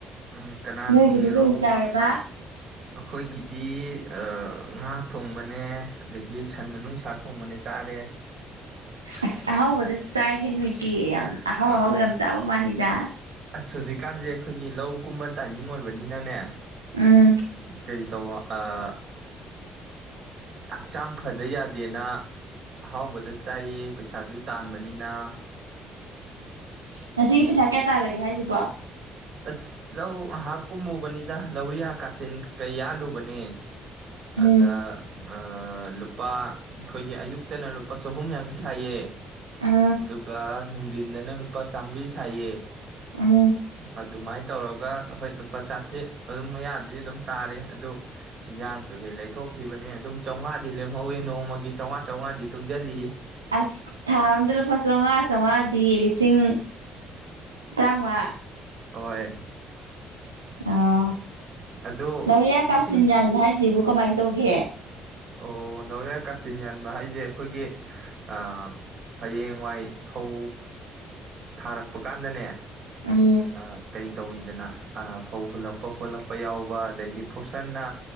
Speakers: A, on the right; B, on the right.
A: ꯎꯝ ꯀꯅꯥ
B: ꯅꯣꯏꯒꯤꯗꯤ
A: ꯊꯣꯡꯉꯤꯔꯣ꯫
B: ꯀꯔꯤ ꯆꯥꯔꯕ
A: ꯑꯩꯈꯣꯏꯒꯤꯗꯤ ꯑ ꯉꯥ ꯊꯣꯡꯕꯅꯦ ꯑꯗꯒꯤ ꯁꯟ ꯃꯅꯨꯡꯁꯥ ꯊꯣꯡꯕꯅꯦ ꯆꯥꯔꯦ꯫
B: ꯑꯁ ꯑꯍꯥꯎꯕꯗ ꯆꯥꯏꯍꯦ ꯅꯣꯏꯗꯤ ꯌꯥꯝ ꯑꯍꯥꯎ
A: ꯑꯥ
B: ꯑꯍꯥꯎ ꯌꯥꯝ ꯆꯥꯕ ꯃꯥꯜꯂꯤꯗ
A: ꯑꯁ ꯍꯧꯖꯤꯛꯀꯥꯟꯖꯦ ꯑꯩꯈꯣꯏꯒꯤ ꯂꯧ ꯀꯨꯝꯕ ꯇꯥꯏꯃꯤꯡ ꯑꯣꯏꯕꯅꯤꯅꯅꯦ
B: ꯎꯝ
A: ꯀꯩ ꯇꯧꯕ ꯑꯥ ꯍꯛꯆꯥꯡ ꯐꯗ ꯌꯥꯗꯦꯅ ꯑꯍꯥꯎꯕꯗ ꯆꯥꯏꯌꯦ ꯄꯩꯁꯥꯖꯨ ꯇꯥꯟꯕꯅꯤꯅ
B: ꯉꯁꯤꯒꯤ ꯄꯩꯁꯥ ꯀꯌꯥ ꯇꯥꯜꯂꯒꯦ ꯍꯥꯏꯖꯤꯕꯣ
A: ꯑꯁ ꯂꯧ ꯉꯍꯥꯛ ꯀꯨꯝꯃꯨꯕꯅꯤꯗ ꯂꯧꯔꯤꯌꯥ ꯀꯥꯆꯤꯟ ꯀꯩ ꯌꯥꯜꯂꯨꯕꯅꯦ
B: ꯎꯝ
A: ꯑꯗꯥ ꯑꯥ ꯂꯨꯄꯥ ꯑꯩꯈꯣꯏꯒꯤ ꯑꯌꯨꯛꯇꯅ ꯂꯨꯄꯥ ꯆꯍꯨꯝ ꯌꯥꯡꯈꯩ ꯁꯥꯏꯌꯦ
B: ꯎꯝ
A: ꯑꯗꯨꯒ ꯅꯨꯡꯗꯤꯟꯗꯅ ꯂꯨꯄꯥ ꯆꯥꯃꯔꯤ ꯁꯥꯏꯌꯦ
B: ꯎꯝ
A: ꯑꯗꯨꯃꯥꯏꯅ ꯇꯧꯔꯒ ꯍꯣꯏ ꯂꯨꯄꯥ ꯆꯥꯇ꯭ꯔꯦꯠ ꯑꯗꯨꯝ ꯃꯌꯥꯗꯗꯤ ꯑꯗꯨꯝ ꯇꯥꯔꯦ ꯑꯗꯨ ꯏꯟꯖꯥꯡ ꯀꯩꯀꯩ ꯂꯩꯊꯣꯛꯈꯤꯕꯅꯦ ꯑꯗꯨꯝ ꯆꯥꯎꯉꯥꯗꯤ ꯂꯦꯝꯍꯧꯋꯦ ꯅꯣꯡꯃꯒꯤ ꯆꯥꯎꯉꯥ ꯆꯥꯎꯉꯥꯗꯤ ꯇꯨꯡꯖꯤꯜꯂꯤꯌꯦ
B: ꯑꯁ ꯊꯥ ꯑꯝꯗ ꯂꯨꯄꯥ ꯆꯥꯎꯉꯥ ꯆꯥꯎꯉꯥꯗꯤ ꯂꯤꯁꯤꯡ ꯇꯔꯥꯎꯉꯥ
A: ꯍꯣꯏ
B: ꯑꫭ
A: ꯑꯗꯣ
B: ꯂꯧꯔꯤꯌꯥ
A: ꯂꯤꯁꯤꯡ
B: ꯀꯥꯆꯤꯟ ꯌꯥꯟꯕ ꯍꯥꯏꯖꯤꯕꯨ ꯀꯃꯥꯏ ꯇꯧꯒꯦ
A: ꯑꯣ ꯂꯧꯔꯤꯌꯥ ꯀꯥꯆꯤꯟ ꯌꯥꯟꯕ ꯍꯥꯏꯖꯦ ꯑꯩꯈꯣꯏꯒꯤ ꯑꯥ ꯍꯌꯦꯡꯋꯥꯏ ꯐꯧ ꯊꯥꯔꯛꯄ ꯀꯥꯟꯗꯅꯦ
B: ꯎꯝ
A: ꯑꯥ ꯀꯩ ꯇꯧꯋꯤꯗꯅ ꯑꯥ ꯐꯧ ꯍꯨꯜꯂꯛꯄ ꯈꯣꯠꯂꯛꯄ ꯌꯥꯎꯕ ꯑꯗꯩꯗꯤ ꯐꫭꯔꯁꯟꯅ